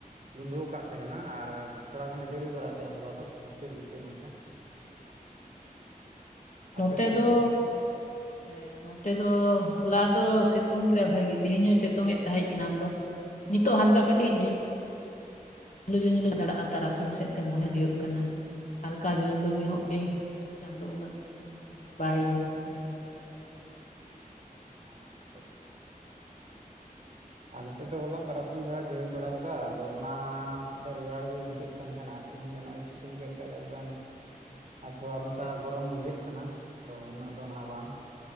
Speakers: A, on the right; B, on the left.
A: ᱫᱩᱱᱫᱷᱩ ᱟᱠᱟᱫ ᱛᱟᱦᱮᱸᱱᱟ, ᱟᱨ ᱛᱷᱚᱲᱟ ᱜᱟᱱ ᱮ ᱫᱟᱜ ᱡᱟᱹᱲᱤ ᱵᱟᱲᱟ ᱠᱮᱜᱼᱟ ᱦᱚᱞᱟ ᱫᱚ ᱡᱷᱤᱯᱤᱨ ᱡᱷᱤᱯᱤᱨ ᱢᱟᱪᱷᱟ᱾ ᱟᱯᱮ
B: ᱱᱚᱛᱮ
A: ᱥᱮᱫ
B: ᱫᱚ
A: ᱜᱮ ᱪᱮᱫ ᱞᱮᱠᱟ
B: ᱮ ᱱᱚᱛᱮ ᱫᱚ ᱦᱚᱞᱟ ᱫᱚ ᱥᱤᱛᱩᱝ ᱠᱮᱫᱟᱭ ᱵᱷᱟᱜᱤ ᱜᱮ ᱛᱮᱦᱮᱧ ᱦᱳᱭ ᱥᱤᱛᱩᱝ ᱮᱫ ᱛᱟᱦᱮᱸᱜ ᱮᱱᱟᱝ ᱫᱚ, ᱱᱤᱛᱚᱜ ᱦᱟᱞᱠᱟ ᱠᱟᱹᱴᱤᱡ ᱡᱩᱧᱞᱩ ᱡᱩᱧᱞᱩ ᱫᱟᱲᱟᱜᱼᱟ ᱛᱟᱨᱟᱥᱤᱧ ᱥᱮᱫ ᱛᱮ ᱢᱚᱱᱮ ᱦᱩᱭᱩᱜ ᱠᱟᱱᱟ, ᱦᱟᱞᱠᱟ ᱡᱩᱧᱞᱩ ᱜᱮ ᱱᱚᱜᱼᱚᱭ ᱪᱟᱸᱫᱚ ᱩᱱᱟᱹᱜ ᱵᱟᱭ ᱧᱮᱞᱚᱜᱼᱚᱜ ᱠᱟᱱᱟ ᱟᱨᱠᱤ ᱾
A: ᱟᱪᱪᱷᱟ ᱟᱪᱪᱷᱟ, ᱟᱞᱮ ᱥᱮᱫ ᱫᱚ ᱦᱚᱞᱟ ᱛᱟᱨᱟᱥᱤᱧ ᱵᱮᱲᱟᱭ ᱡᱟᱹᱲᱤ ᱵᱟᱲᱟ ᱞᱮᱫᱟ ᱟᱫᱚ ᱚᱱᱟᱛᱮ ᱨᱮᱭᱟᱲ ᱜᱮ ᱵᱩᱡᱷᱟᱹᱜ ᱠᱟᱱ ᱛᱟᱦᱮᱸᱱᱟ ᱛᱮᱦᱮᱧ ᱫᱚ ᱱᱚᱜᱼᱚᱭ ᱥᱤᱛᱩᱝ ᱠᱮᱫ ᱠᱷᱟᱱ ᱫᱚ ᱮᱠᱫᱚᱢ ᱟᱨ ᱛᱷᱚᱲᱟ ᱢᱟᱪᱷᱟ ᱜᱚᱨᱚᱢ ᱵᱩᱡᱷᱟᱹᱜ ᱠᱟᱱᱟ ᱟᱫᱚ ᱩᱱᱟᱹᱜ ᱫᱚ ᱱᱟᱦᱟᱜ ᱵᱟᱝ᱾